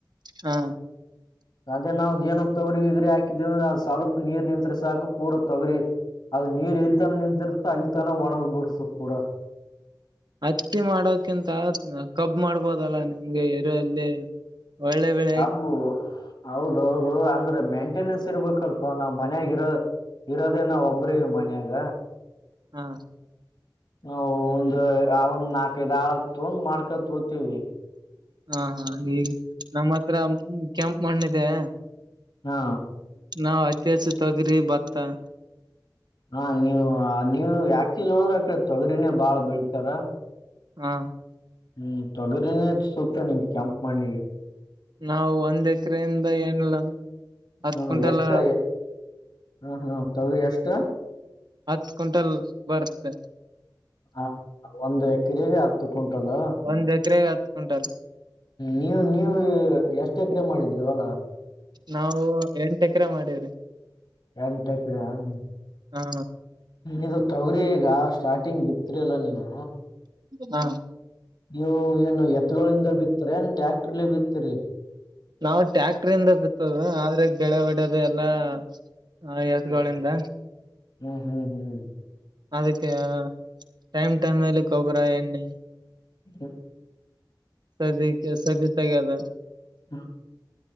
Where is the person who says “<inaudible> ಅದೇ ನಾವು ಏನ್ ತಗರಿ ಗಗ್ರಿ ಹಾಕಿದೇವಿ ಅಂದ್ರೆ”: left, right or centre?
Left